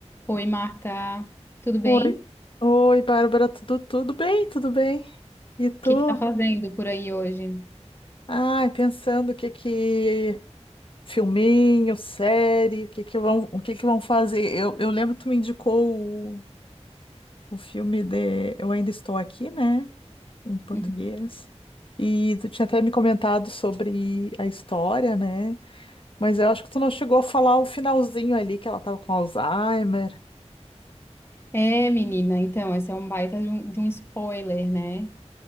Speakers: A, on the left; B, on the left.
A: Oi, Marta, tudo bem?
B: Oi,
A: O
B: oi, Bárbara, tudo, tudo bem? Tudo bem? E tu?
A: que que tá fazendo por aí hoje?
B: Ai, pensando o que que filminho, série, o que que vão, o que que vão fazer? Eu, eu lembro que tu me indicou o, o filme de Eu Ainda Estou Aqui, né? Em português.
A: Uhum.
B: E tu tinha até me comentado sobre a história, né? Mas eu acho que tu não chegou a falar o finalzinho ali que ela tava com Alzheimer.
A: É, menina, então, esse é um baita de um, de um spoiler, né?